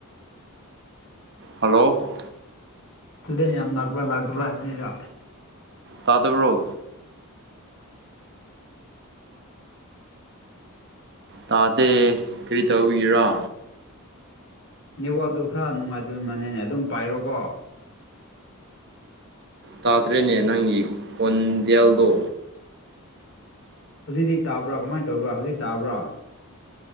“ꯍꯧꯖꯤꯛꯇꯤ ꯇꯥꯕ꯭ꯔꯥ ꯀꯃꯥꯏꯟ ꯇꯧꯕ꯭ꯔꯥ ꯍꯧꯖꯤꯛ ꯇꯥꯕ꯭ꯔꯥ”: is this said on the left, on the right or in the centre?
Left